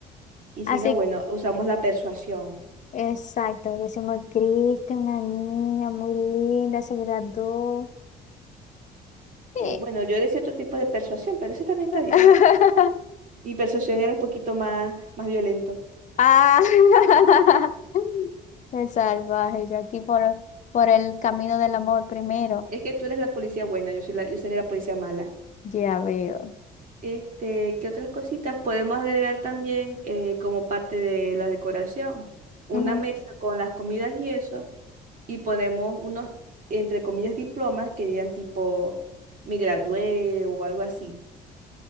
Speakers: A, on the right; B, on the left.
A: Y
B: Así,
A: si no, bueno, usamos la persuasión.
B: exacto, decimos, Cristo, una niña muy linda, se graduó. Sí.
A: Eh, bueno, yo decía otro tipo de persuasión, pero ese también está
B: <laughs>
A: bien. Mi persuasión era un poquito más, más violento.
B: Ah, <laughs>
A: <laughs>
B: el salvaje, yo aquí por, por el camino del amor primero.
A: Es que tú eres la policía buena, yo soy la, yo seré la policía mala.
B: Ya veo.
A: Este, ¿qué otras cositas podemos agregar también eh, como parte de la decoración? Una
B: Ujú.
A: mesa con las comidas y eso, y ponemos unos, entre comillas, diplomas que digan tipo, me gradué o algo así.